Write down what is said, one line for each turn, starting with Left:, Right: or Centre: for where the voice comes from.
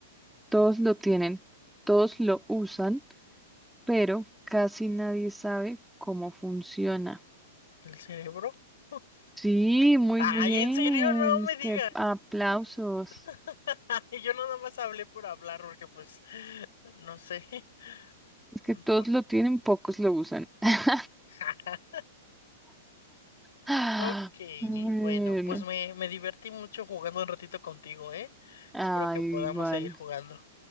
Centre: Todos lo tienen, todos lo usan. pero casi nadie sabe cómo funciona.
Left: el cerebro. <laughs>
Centre: Sí, muy
Left: Ay,
Centre: bien.
Left: en serio, no me
Centre: Es que
Left: digas.
Centre: aplausos.
Left: <laughs> Yo nada más hablé por hablar, porque pues, no sé. <laughs>
Centre: Es que todos
Left: Bu-
Centre: lo tienen, pocos lo usan. <laughs>
Left: <laughs>
Centre: Ah,
Left: Ok,
Centre: bueno.
Left: bueno, pues me, me divertí mucho jugando un ratito contigo, ¿eh?
Centre: Ay,
Left: Espero que podamos
Centre: igual.
Left: seguir jugando.